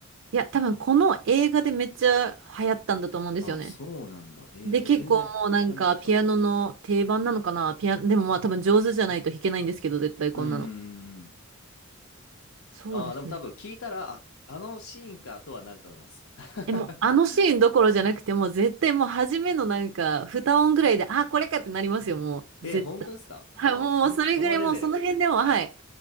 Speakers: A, on the right; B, on the left.
A: いや、多分この映画でめっちゃ流行ったんだと思うんですよね。
B: あ、そうなんだ。えー、
A: で、結構もうなんかピアノの定番なのかな。
B: 全然知らなかった。
A: ピア、でもまあ多分上手じゃないと弾けないんですけど、絶対こんなの。
B: うんうんうんうん。
A: そうですね。
B: あー、でも多分聞いたら、あ、あのシーンかとはなると思います。<laughs>
A: え、もうあのシーンどころじゃなくて、もう絶対もう初めのなんか、二音ぐらいで、あ、これかってなりますよ、もう。
B: え、
A: 絶対。
B: 本当ですかああー、
A: はい、もうそれぐらいもうその辺でも、
B: そん、そのレベル。
A: はい。